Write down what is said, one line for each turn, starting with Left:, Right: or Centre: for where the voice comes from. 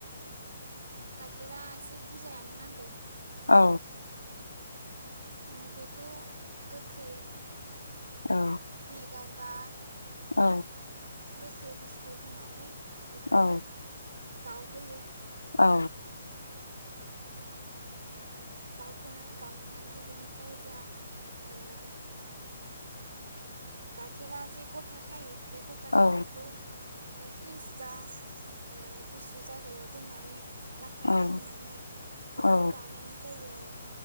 Right: गाइखेरा एसे बुरजायानो नांगौ।
Left: औ।
Right: ओ बेखौ गोखै
Left: औ।
Right: गारबा
Left: औ।
Right: गोखै बुस्थु होनानै बिखौ
Left: औ
Right: गावहैयो।
Left: औ।
Right: गावहोना गावहोनानै बिनिफ्राय जा ओ गाइखेरा जे गथा खायो बे गथा खानायखौ
Left: औ
Right: फ्रिज बा ओ गुसु जा ग्रायाव दोननानै लाथा
Left: औ
Right: खाहोनानै बेखौ
Left: औ
Right: बानायनाय जायो आरो।